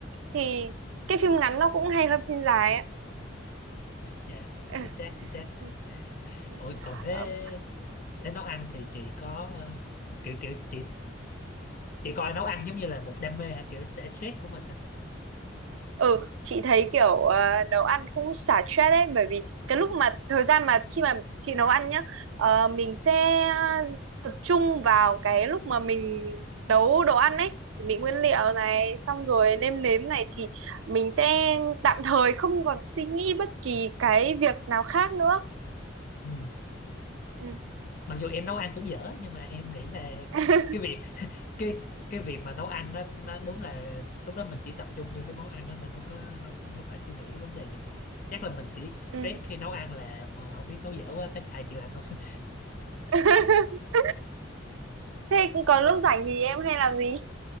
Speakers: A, on the right; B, on the left.
A: thì cái phim ngắn nó cũng hay hơn phim dài á
B: dạ
A: Ừ,
B: chính xác chính xác
A: ừ, ừ.
B: ôi còn thế
A: Ờ,
B: thế nấu ăn thì chị có ờ, kiểu kiểu chị chị coi nấu ăn giống như là một đam mê hả kiểu xả stress của mình hả
A: ừ chị thấy kiểu ờ, nấu ăn cũng xả stress đấy bởi vì cái lúc mà thời gian mà khi mà chị nấu ăn nhá ờ, mình sẽ tập trung vào cái lúc mà mình nấu đồ ăn ấy chuẩn bị nguyên liệu này xong rồi nêm nếm này thì mình sẽ tạm thời không còn suy nghĩ bất kỳ cái việc nào khác nữa
B: ừ.
A: ừ.
B: mặc dù em nấu ăn cũng dở nhưng mà em nghĩ là
A: <laughs>
B: cái việc <laughs> cái cái việc mà nấu ăn đó nó đúng là lúc đó mình chỉ tập trung vô cái món ăn đó mình không có không, không có phải suy nghĩ cái vấn đề gì khác chắc là mình chỉ stress
A: ừ.
B: khi nấu ăn là mà không biết nấu dở quá cái ai chịu ăn không
A: <laughs> thế còn lúc rảnh thì em hay làm gì